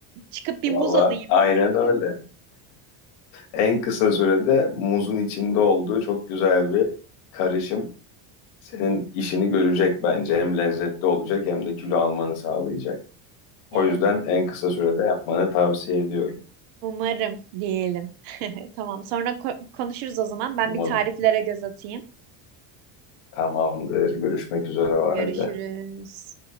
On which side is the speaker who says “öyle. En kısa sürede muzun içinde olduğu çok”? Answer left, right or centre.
Left